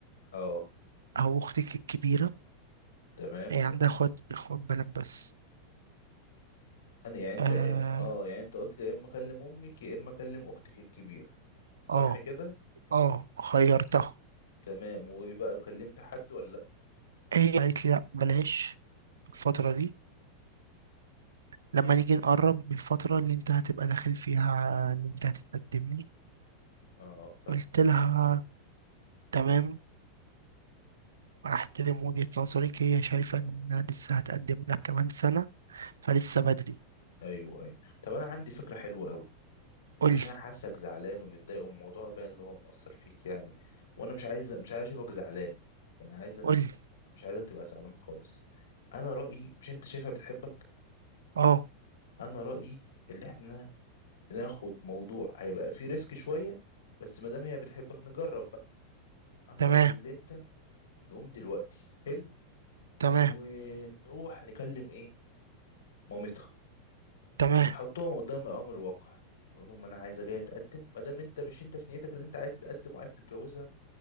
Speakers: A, on the left; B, on the right.
A: اه
B: أو أختك الكبيرة
A: تمام
B: هي عندها أخوات أخوات بنات بس
A: انا يعني انت
B: آه
A: اه يعني انت قلت يا اما اكلم امك يا اما اكلم اختك الكبيره صح
B: آه
A: كده
B: آه خيرتها
A: تمام ويبقى كلمت حد ولا لا
B: هي قالت لي لأ بلاش الفترة دي لما نيجي نقرب من الفترة اللي انت هتبقى داخل فيها اللي انت هتتقدم لي
A: اه فاهم
B: قلت لها تمام احترم وجهة نظرك هي شايفة انها لسه هتقدم لك كمان سنة فلسه بدري
A: ايوه ايوه طب انا عندي فكره حلوه قوي
B: قولي
A: عشان حاسك زعلان ومتضايق والموضوع باين اللي هو مأثر فيك يعني وانا مش عايز مش عايز اشوفك زعلان يعني عايزك
B: قولي
A: مش عايزك تبقى زعلان خالص انا رأيي مش انت شايفها بتحبك
B: اه
A: انا رأيي اللي احنا ناخد موضوع هيبقى فيه ريسك شويه بس ما دام هي بتحبك نجرب بقى انا
B: تمام
A: رأيي اللي انت نقوم دلوقتي حلو
B: تمام
A: ونروح نكلم ايه مامتها
B: تمام
A: ونحطهم قدام الامر الواقع نقول لهم انا عايزه جايه اتقدم ما دام انت مش انت في نيتك اللي انت عايز تقدم وعايز تتجوزها